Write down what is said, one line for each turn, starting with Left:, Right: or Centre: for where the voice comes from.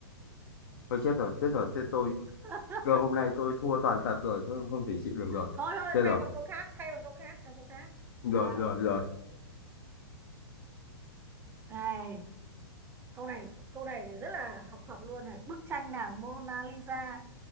Left: Thôi chết rồi, chết rồi, chết tôi.
Right: <laughs>
Left: Cơ hôm nay tôi thua toàn thật rồi, tôi không thể chịu được rồi.
Right: thôi thôi
Left: Chết
Right: thay
Left: rồi,
Right: bằng câu khác thay bằng câu khác thay bằng câu khác Đấy.
Left: rồi, rồi, rồi.
Right: này câu này câu này thì rất là học thuật luôn này bức tranh nàng Mona Lisa